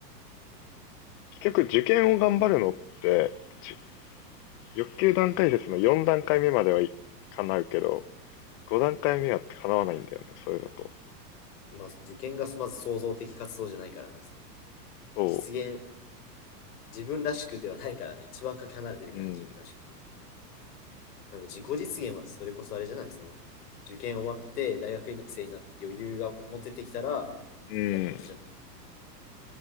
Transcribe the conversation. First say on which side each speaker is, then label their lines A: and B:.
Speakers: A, on the left; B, on the left.
A: 結局受験を頑張るのって、ち欲求段階説の4段階目まではい叶うけど、5段階目は叶わないんだよね、
B: うん。
A: それだと。
B: まあ、受験がまず創造的活動じゃないからですね。
A: そ
B: 実現、自分らしくではないからね。一番かけ離れてるからね、
A: う。うん。
B: 自分らしくと。でも自己実現はそれこそあれじゃない、その、受験終わって大学生になって余裕が持ててきたら、
A: うん。
B: やることじゃん。